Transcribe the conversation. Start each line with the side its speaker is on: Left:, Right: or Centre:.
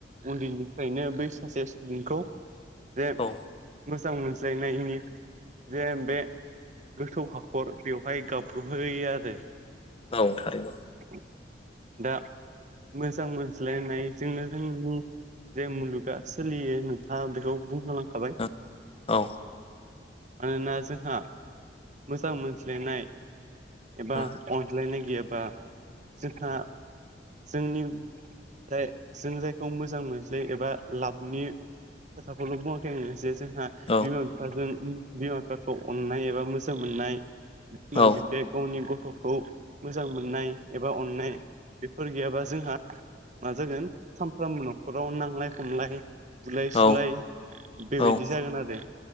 Right: उन्दैनिफ्रायनो बै सासे नोंखौ जे
Left: औ
Right: मोजां मोनज्लायनायनि जे बे गोथौ हाखर बेवहाय गाबब्र'होयो आरो।
Left: औ थारैनो
Right: <inaudible> दा मोजां मोनज्लायनायजोंनो जोंनि बुं जे मुलुगा सोलियो नोंथाङा बेखौ बुंलांखाबाय।
Left: औ औ
Right: मानोना जोंहा मोजां मोनज्लायनाय
Left: औ
Right: एबा
Left: औ
Right: अनज्लायनाय गैयाबा जोंहा जोंनि जाय जों जायखौ मोजां मोनज्लायो एबा लाबनि खोथाखौल' बुङाखै आङो जे जोंहा
Left: औ
Right: बिमा बिफाजों बिमा बिफाखौ अननाय एबा मोजां मोननाय बिमा
Left: औ
Right: बिफाया गावनि गथ'खौ मोजां मोननाय एबा अननाय बेफोर गैयाबा जोंहा मा जागोन सामफ्रामबो न'खराव नांलाय खमलाय बुलाय
Left: औ
Right: सुलाय बेबायदि
Left: औ
Right: जागोन आरो।